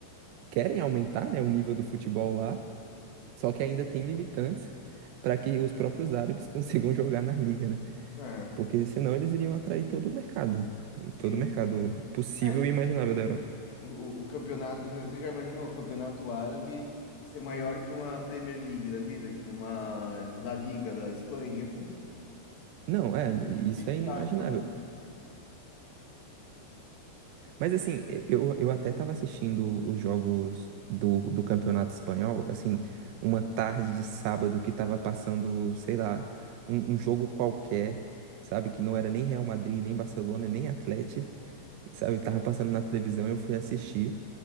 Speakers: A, on the right; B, on the left.
A: querem aumentar, né, o nível do futebol lá, só que ainda tem limitantes para que os próprios árabes <laughs> consigam jogar na liga, né?
B: É,
A: Porque senão eles iriam atrair todo o mercado, todo
B: sim.
A: o mercado possível
B: É,
A: e imaginável
B: o,
A: da Europa.
B: o, o campeonato, você já imaginou o campeonato árabe ser maior que uma Premier League da vida, que uma La Liga da Espanha?
A: Não, é, isso
B: Pensável,
A: é inimaginável.
B: né?
A: Mas assim, eu, eu até estava assistindo os jogos do, do Campeonato Espanhol, assim, uma tarde de sábado que estava passando, sei lá, um, um jogo qualquer, sabe? Que não era nem Real Madrid, nem Barcelona, nem Atlético, sabe? Tava passando na televisão, eu fui assistir.